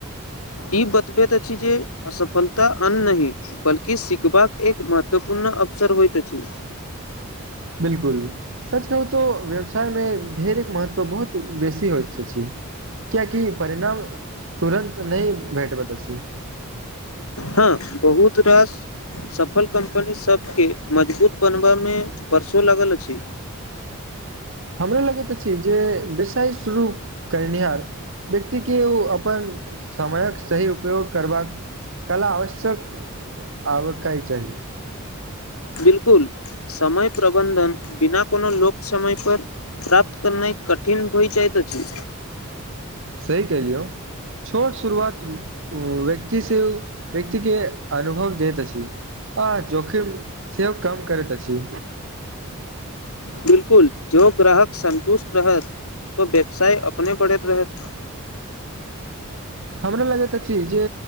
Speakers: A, on the left; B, on the right.
A: ई बतबैत अछि जे असफलता अन्त नहि। बल्कि सीखबाक एक महत्वपूर्ण अवसर होइत छै।
B: बिल्कुल। सच कहू तऽ व्यवसायमे धैर्यक महत्व बहुत बेसी होइत छै। किएकि परिणाम तुरन्त नहि भेटैत अछि।
A: हँ बहुत रास सफल कम्पनीसभके मजबूत बनबामे बरसो लागल अछि।
B: हमरो लगैत अछि जे व्यवसाय शुरू करनिहार व्यक्तिके ओ अपन समयक सही उपयोग करबाक कला आवश्यक आबकै चाही
A: बिल कुल समय प्रबन्धन बिना कोनो लोप्त समय पर प्राप्त करनाय कठिन होइत अछि
B: सही कहियौ छोट शुरुआत व्यक्ति से व्यक्तिके अनुभव दैत अछि आ जोखिम सेहो कम करैत अछि
A: बिल्कुल, जे ग्राहक सन्तुष्ट रहत तऽ व्यवसाय अपने बढ़ैत रहत।
B: हमरा लगैत अछि जे